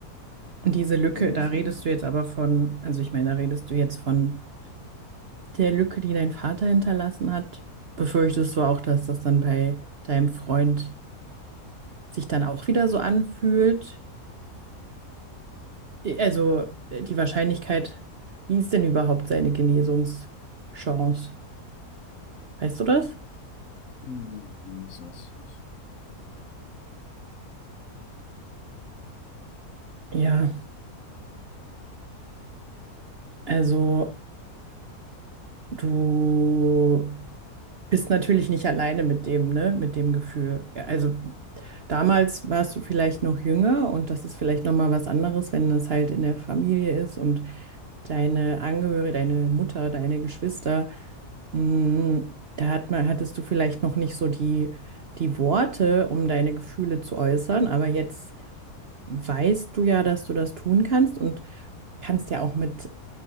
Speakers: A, on the right (about 50°); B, on the left (about 60°).
A: Und diese Lücke,
B: wenn
A: da
B: sie,
A: redest du jetzt aber von, also ich meine, da redest du jetzt von der Lücke, die dein Vater hinterlassen hat. Befürchtest du auch, dass das dann bei deinem Freund sich dann auch wieder so anfühlt? Also äh, die Wahrscheinlichkeit, wie ist denn überhaupt seine Genesungschance? Weißt du das?
B: Hm, das weiß ich nicht.
A: Ja, also du bist natürlich nicht alleine mit dem, ne, mit dem Gefühl. Ja, Also damals warst du vielleicht noch jünger und das ist vielleicht noch mal was anderes, wenn das halt in der Familie ist und deine Angehörige, deine Mutter, deine Geschwister, mh, da hat man, hattest du vielleicht noch nicht so die, die Worte, um deine Gefühle zu äußern, aber jetzt weißt du ja, dass du das tun kannst und kannst ja auch mit